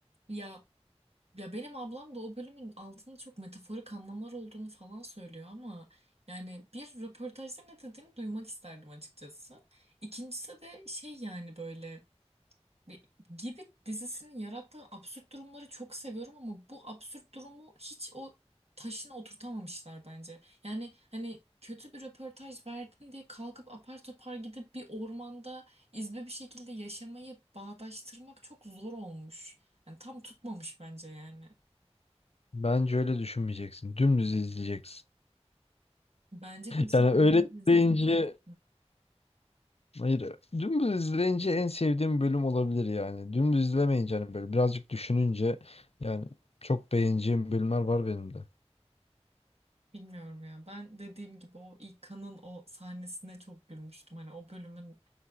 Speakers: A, on the right (about 65°); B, on the left (about 65°).
A: Ya ya benim ablam da o bölümün altında çok metaforik anlamlar olduğunu falan söylüyor ama yani bir röportajda ne dediğini duymak isterdim açıkçası. İkincisi de şey yani böyle Ve gibi dizisinin yarattığı absürt durumları çok seviyorum ama bu absürt durumu hiç o taşına oturtamamışlar bence. Yani hani kötü bir röportaj verdin diye kalkıp apar topar gidip bir ormanda izbe bir şekilde yaşamayı bağdaştırmak çok zor olmuş. Yani tam tutmamış bence yani.
B: Bence öyle düşünmeyeceksin. Dümdüz izleyeceksin. <laughs>
A: Bence de işte
B: Yani
A: dümdüz
B: öyle izleyince
A: izlemeyeceksin.
B: hayır dümdüz izleyince en sevdiğim bölüm olabilir yani. Dümdüz izlemeyince hani böyle birazcık düşününce yani çok beğeneceğim bölümler var benim de.
A: Bilmiyorum ya. Ben dediğim gibi o ilk kanın o sahnesine çok gülmüştüm. Hani o bölümün